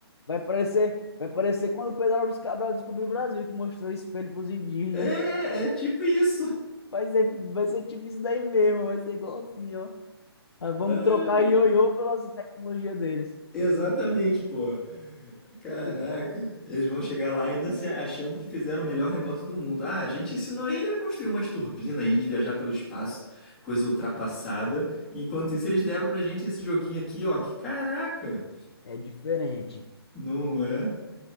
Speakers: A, on the left; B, in the centre.
A: Vai parecer, vai parecer quando o Pedro Álvares Cabral descobriu o Brasil, que mostrou o espelho pros indígenas.
B: É, é tipo isso.
A: Vai ser, vai ser tipo isso daí mesmo, vai ser igual assim, ó. Ah, vamos
B: Ah.
A: trocar ioiô pela tecnologia deles.
B: Exatamente, pô. Caraca,
A: Putz,
B: eles vão chegar lá ainda se achando que fizeram o melhor negócio do mundo. Ah, a gente ensinou ele a construir umas turbinas aí de viajar pelo espaço, coisa ultrapassada. Enquanto isso, eles deram pra gente esse joguinho aqui, ó. Que caraca!
A: é é diferente.
B: Não é?